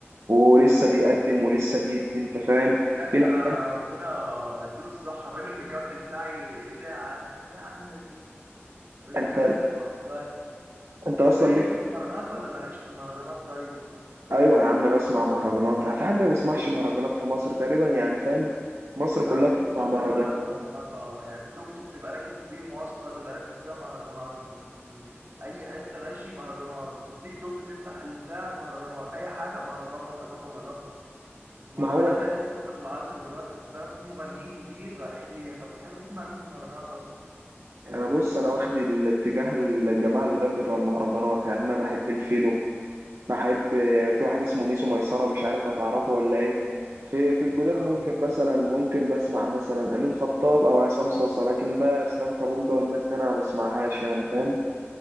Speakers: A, on the right; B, on the right.
A: ولسه بيقدم ولسه بيدي انت فاهم
B: لا ده
A: في ناس تانية-
B: ربنا اديله الصحه الراجل مكمل سعي ايه ده يا عم ايه يا عم الناس دي الراجل
A: انت
B: مكمل سعي لحد دلوقتي
A: انت اصلا
B: طب ايه
A: ليك
B: ليك في المهرجانات ولا مالكش في المهرجانات طيب
A: ايوه يا عم بسمع مهرجانات في حد ما بيسمعش مهرجانات في مصر تقريبا يعني فاهم مصر
B: ده
A: كلها
B: كله
A: بتسمع
B: شغال
A: مهرجانات
B: دلوقتي مهرجانات اه يعني التوك توك تبقى راكب فيه مواصلة تبقى راكب فيها مهرجانات ال- ال- أي حتة ماشي مهرجانات التيك توك تفتح البتاع مهرجانات أي حاجة مهرجان مهرجان مهرجان المهرجانات
A: ما هو
B: بقت هي لغة العصر دلوقتي خد بالك وفي مغنيين كتير رايحين ليها طب بتحب تسمع مين في المهرجانات أصلا؟
A: انا بص انا واخد الاتجاه الجماعه القدام بتوع المهرجانات يعني انا بحب الفيلو بحب في واحد اسمه ميسو ميسره مش عارف هتعرفه ولا ايه في في الجداد
B: اه
A: ممكن مثلا ممكن بسمع مثلا امين خطاب او عصام صاصا لكن بقى اسلام كابونجا والناس دي انا ما بسمعهاش يعني فاهم